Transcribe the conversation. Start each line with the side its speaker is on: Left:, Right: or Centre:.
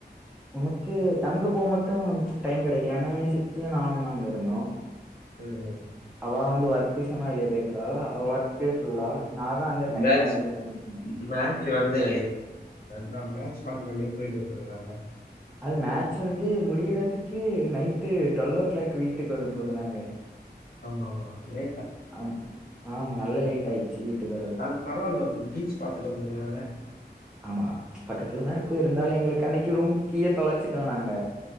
Centre: உனக்கு அங்க போ மட்டு டைம் கெடைக்கலனே சித்தியு நானு தா அங்க இருந்தோ
Left: ம் ம்
Centre: அவ வந்து ஒர்க் விஷயமா வெளிய போயிருந்தாளா அவ ஒர்கே ஃபுல்லா நா தா அங்க தனியா
Left: பேச்சு
Centre: இது பண்ணிட்டு இருந்தே
Left: மேட்சு வந்து நா மேட்சு பாக்கற அப்டின் போயிட்டு வந்தற நானு
Centre: அது மேட்ச் வந்து முடியிறதுக்கு நைட்டு டுவெல் ஒ கிளாக் வீட்டுக்கு வரும்போது நாங்க
Left: ஆமா ஆமா ஏ
Centre: ஆம் ஆமா நல்ல லேட் ஆயிச்சு வீட்டுக்கு வர
Left: அது பரவால்ல பீச் பாத்துட்டு வந்துருவல்ல
Centre: ஆமா பக்கத்துலதா இருக்கு இருந்தாலு எங்களுக்கு அன்னிக்கு ரூம் கீய தொலச்சுட்டோ நாங்க